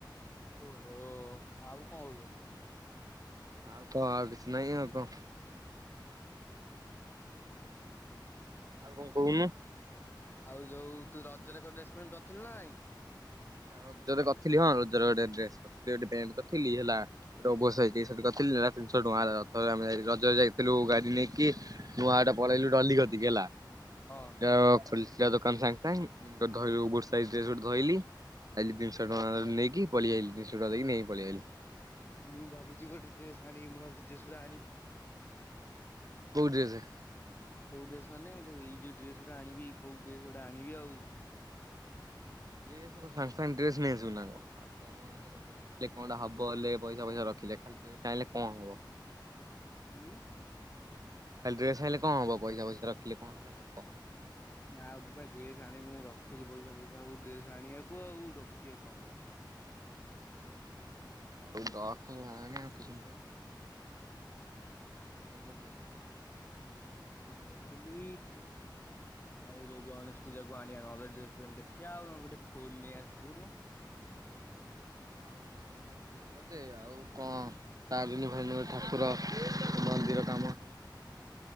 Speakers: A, on the left; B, on the right.
A: ଓହୋ ଆଉ କଣ ହୁଏ?
B: ଆଉ କଣ ଆଉ କିଛି ନାଇ ଆଉ କଣ। ଆଉ କଣ କହୁନୁ।
A: ଆଉ ଯୋଉ ତୁ ରଜରେ କଣ ଡ୍ରେସ ପଣ୍ଟ କରିଥିଲୁ ନା ନାଇଁ?
B: ରଜରେ କରିଥିଲି। ହଁ ରଜର ଗୋଟେ ଡ୍ରେସ କରିଥିଲି ଗୋଟେ ପ୍ୟାଣ୍ଟ କରିଥିଲି ହେଲା। ବସ ହେଇଛି ସେଠି କରିଥିଲି ତିନିଶହ ଟଙ୍କା ରଥ ଆମେ ରଜ ଯାଇଥିଲୁ ଗାଡି ନେଇକି। ନୂଆହାଟ ପଳେଇଲୁ ଡଲି କତିକି ହେଲା।
A: ହଁ
B: <unintelligible> ଖୋଲିଥିଲା ଦୋକାନ ସାଙ୍ଗେ ସାଙ୍ଗେ ଗୋଟେ ଓଭରସାଇଜ୍ ଗୋଟେ ଧଇଲି। ଆଇଲି ତିିନି ଶହ ଟଙ୍କା ନେଇକି ପଳେଇଲି ତିିନିଶହ ଟଙ୍କା ଦେଇକି ନେଇ ପଳେଇଲି।
A: ମୁଁ ଭାବୁଛି ଗୋଟେ ଡ୍ରେସ ଆଣି ମୁଁ ଭାବୁଛି ଡେସ ଗୁଡା ଆଣି
B: କୋଉ ଡ୍ରେସ୍
A: କୋଉ ଡ୍ରେସ ମାନେ ଯୋଉ ଏଇ ଯୋଉ ଡ୍ରେସ୍ ଗଟା ଆଣିବି କଉ ଡ୍ରେସ ଗୁଟା ଆଣିବି ଆଉ।
B: ଡ୍ରେସ କଣ ସାଙ୍ଗେ ସାଙ୍ଗେ ଡ୍ରେସ୍ ନେଇ ଆସିବୁ ନା ଆଉ କଣ। କଣଟା ହବ ହେଲେ ପଇସା ପଇସା ରଖିଲେ ଖାଲି ଚାହିଁଲେ କଣ ହବ।
A: ହଁ।
B: ଖାଲି ଡ୍ରେସ ଆଣିଲେ କଣ ହବ ପଇସା ପଇସା ରଖିଲେ କଣ ହେଲେ ହବ।
A: ନା ମୁଁ ପାଇଁ ଡ୍ରେସ ଆଣିବି ମୁଁ ରଖିଛି ପଇସା ପଇସା ଆଉ ଡ୍ରେସ ଆଣିବାକୁ ଆଉ ରଖିବେ କଣ।
B: ହୁଁ ଆ ଦେଖ କିଛି। ଆଉ
A: ହଁ।
B: କଣ କରୁଛି?
A: ହଁ ଏଇଠି ବସିଥିଲି। ଆଉ ଯୋଉ ଗଣେଶ ପୂଜାକୁ ଆଣିବା ନହେଲେ ଡ୍ରେନ ଦେଖିବା ଆଉ ନହେଲେ ଗୋଟେ ଫୋନ ନେଇ ଆସିବୁନୁ।
B: ହଁ ଗୋଟେ ଫୁନେ ହବ ଯେ ଆଉ କଣ ତା ଦିନ ଭୀ ଠାକୁର ମନ୍ଦିର କାମ